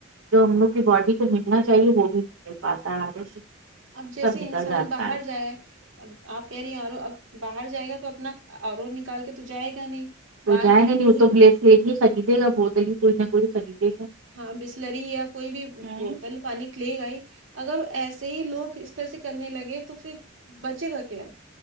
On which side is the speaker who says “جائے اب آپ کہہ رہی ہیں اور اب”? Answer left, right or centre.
Right